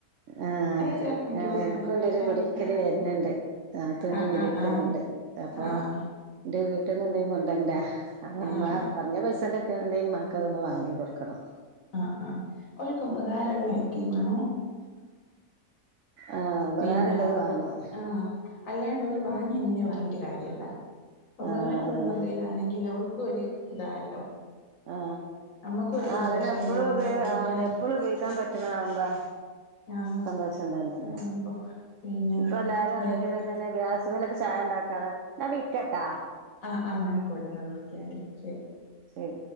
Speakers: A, on the right; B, on the left.
A: ആഹ
B: അത് ചെലപ്പോ ഇൻക്ക് തോന്ന്ണ്
A: എൻക്കുണ്ട്
B: നല്ല വെലായിരിക്കും
A: ഒര് കുടീര്ക്കല് വര്ന്ന്ണ്ട്. നാത്തൂന്റെ
B: ആഹ്
A: കൂടിയിരിക്കല്ണ്ട്.
B: ആഹ് ആഹ്
A: അപ്പൊ
B: ആഹ്
A: ന്റെ വീട്ടിന്ന് എന്തെങ്കിലും കൊണ്ടരണ്ടെ. ഞങ്ങളെമ്മാ
B: ആഹ് ആഹ്
A: കൊർഞ്ഞ പൈസന്റെ ഒക്കെണ്ടേ ഇമ്മാക് അതൊന്ന് വാങ്ങി കൊട്ക്കണം.
B: ആ ആഹ് ഓൽക്ക് ഉപകാരള്ള ഐക്കീമാണോ?
A: ആഹ് ഉപകാരമുള്ളത്
B: പിന്നെ
A: വേണം
B: ആഹ് അല്ലാ ഓല് വാങ്ങിയന്നെ വാങ്ങിട്ട് കാര്യല്ല. ഉപകാരപ്പെടുന്ന
A: ആഹ് അതന്നെ
B: എന്തെങ്കിലും ആണെങ്കില് ഓൽ ക്കും ഒര് ഇതായല്ലോ.
A: ആ
B: നമ്മക്കും ഒരു
A: ആ
B: സന്തോഷായി
A: അതെന്നെ എപ്പളും
B: ഓല്
A: ഉപയോ
B: ഉപയോഗിക്കാൻ
A: ആ എപ്പളും ഉപയോഗിക്കാൻ പറ്റ്ണ ആവ്മ്പോ
B: ആഹ്
A: സന്തോഷം തന്നെയല്ലെ.
B: അതാവുമ്പോ പിന്നെ
A: ഇപ്പൊ എല്ലാരും അതൊക്കെ
B: വേ
A: തന്നെ ഗ്യാസ് മ്മലൊക്കെ ചായ ഇണ്ടാക്ക ന്നാ വിളിക്കട്ടാ.
B: ആഹ് ആഹ് ആയിക്കോട്ടെ എന്നാ വിളിക്കാണ്ടി ശരി
A: ശരി.